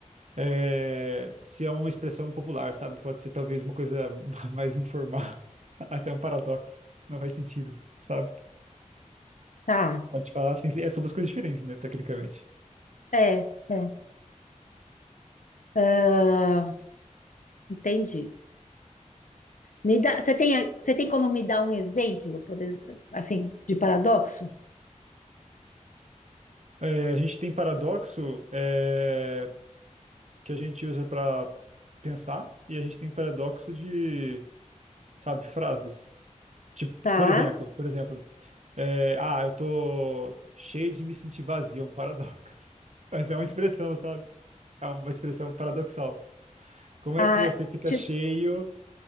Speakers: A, on the right (about 60°); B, on the left (about 80°).
A: é, se é uma expressão popular, sabe? Pode ser talvez uma coisa <laughs> mais informal. Até um paradoxo, não faz sentido, sabe?
B: Tá,
A: Pode falar assim, é, são duas coisas diferentes, né, tecnicamente.
B: é, é. Ah, entendi. Me dá, você tem, você tem como me dar um exemplo, por ex- assim, de paradoxo?
A: É, a gente tem paradoxo é, que a gente usa para pensar e a gente tem paradoxo de, sabe, frases. Tipo,
B: Tá.
A: por exemplo, por exemplo, é, ah, eu tô cheio de me sentir vazio, é um paradoxo. <laughs> Mas é uma expressão, sabe? É uma expressão paradoxal. Como
B: Ah,
A: é que você fica
B: ti-
A: cheio